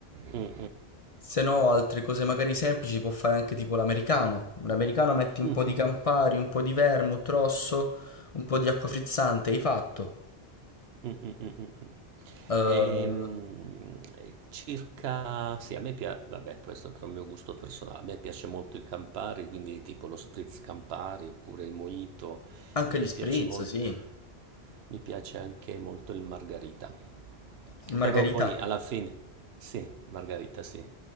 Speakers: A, on the right; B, on the left.
A: Mm,
B: Se no, altre cose magari semplici può fare anche tipo l'americano. L'americano metti
A: mm,
B: un po'
A: mm.
B: di Campari, un po' di vermouth rosso, un po' di acqua frizzante, hai fatto.
A: Mm, mm, mm, mm, mm.
B: Eh,
A: Ehm, circa, sì, a me piace, vabbè, questo è per il mio gusto personale, a me piace molto il Campari, quindi tipo lo spritz Campari oppure il mojito
B: anche
A: e
B: gli
A: mi
B: spritz,
A: piace molto,
B: sì.
A: mi piace anche molto il margarita.
B: Il margarita,
A: Però poi alla fine, sì, margarita, sì.